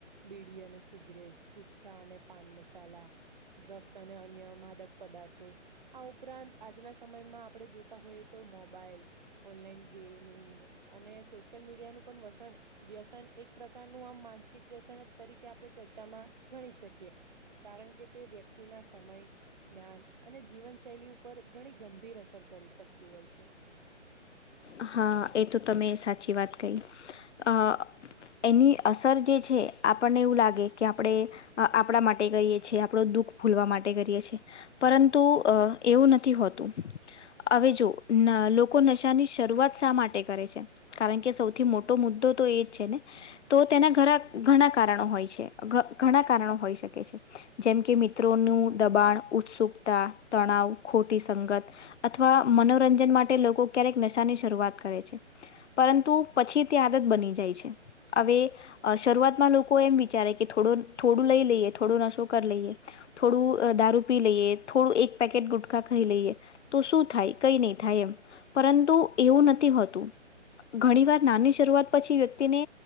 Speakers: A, on the right; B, on the left.
A: બીડી અને સિગરેટ, કુટકા અને પાન મસાલા, ડ્રગ્સ અને અન્ય માદક પદાર્થો, આ ઉપરાંત આજના સમયમાં આપણે જોતા હોઈએ તો, મોબાઈલ ઓનલાઈન ગેમિંગ અને સોશિયલ મીડિયાનું પણ વસન, વ્યસન એક પ્રકારનું, આમ માનસિક વ્યસન તરીકે આપણે ચર્ચામાં ગણી શકીએ, કારણ કે તે વ્યક્તિના સમય ધ્યાન, અને જીવનશૈલી ઉપર ઘણી ગંભીર અસર કરી શકતું હોય છે.
B: હા એ તો તમે સાચી વાત કહી, અ એની અસર જે છે, આપણને એવું લાગે, કે આપણે આપણા માટે કઈએ છે, આપડે દુઃખ ભૂલવા માટે કરીએ છી, પરંતુ એવું નથી હોતું. હવે જો, લોકો ન નશાની શરૂઆત શા માટે કરે છે? કારણ કે સૌથી મોટો મુદ્દો તો એ જ છે ને. તો તેના ઘરા, ઘણા કારણો હોય છે, ઘ ઘણા કારણો હોય શકે છે. જેમ કે મિત્રોનું દબાણ, ઉત્સુકતા. તણાવ, ખોટી સંગત, અથવા મનોરંજન માટે લોકો ક્યારેક નશાની શરૂઆત કરે છે પરંતુ પછી તે આદત બની જાય છે હવે શરૂઆતમાં લોકો એમ વિચારે કે થોડું થોડું લઈ લઈએ થોડું નશો કરી લઈએ થોડું દારૂ પી લઈએ થોડું એક પેકેટ ગુટખા ખાઈ લઈએ તો શું થાય? કઈ ની થાય એમ પરંતુ એવું નથી હોતું ઘણી વાર નાની શરૂઆત પછી વ્યક્તિને